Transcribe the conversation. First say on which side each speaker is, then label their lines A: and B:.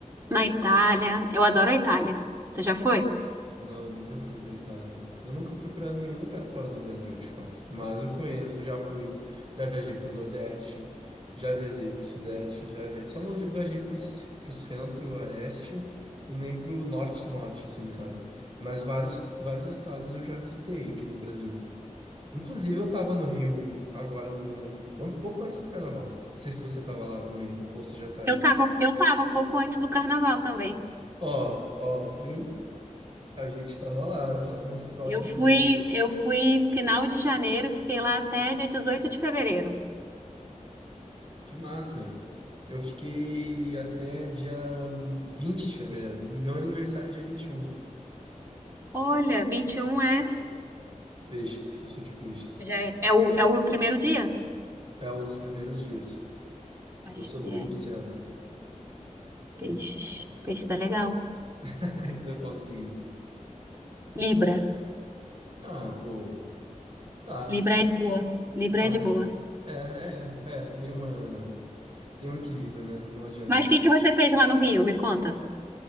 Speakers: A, on the right; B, on the right.
A: na Itália. Eu adoro a Itália. Você já foi?
B: Não, nunca fui pra Itália. Eu nunca fui pra nenhum lugar fora do Brasil, de fato. Mas eu conheço, já fui, já viajei pro Nordeste, já viajei pro Sudeste, já via... só não viajei pro, c- pro Centro-Oeste e nem pro Norte-Norte, assim, sabe? Mas vários, vários estados eu já visitei aqui do Brasil. Inclusive, eu tava no Rio agora no um pouco antes do Carnaval. Não sei se você tava lá também, ou se já tá aí.
A: Eu tava, eu tava pouco antes do carnaval também.
B: Ó, ó, viu? A gente tava lá, estávamos próximos.
A: Eu fui, eu fui final de janeiro, fiquei lá até dia 18 de fevereiro.
B: Que massa! Eu fiquei até dia hum, 20 de fevereiro. Meu aniversário é dia 21.
A: Olha, 21 é,
B: Peixes, eu sou de peixes.
A: já é, é o, é o primeiro dia?
B: É um dos primeiros dias.
A: Acho
B: Eu sou
A: que
B: bem
A: é.
B: pisciano.
A: Peixes. Peixe tá legal.
B: <laughs> Então qual o signo?
A: Libra.
B: Ah, pô. Tá.
A: Libra é de boa. Libra
B: Ah,
A: é de boa.
B: é, é, é. Tem uma, tem um equilíbrio, né? Não adianta.
A: Mas o que que você fez lá no Rio? Me conta.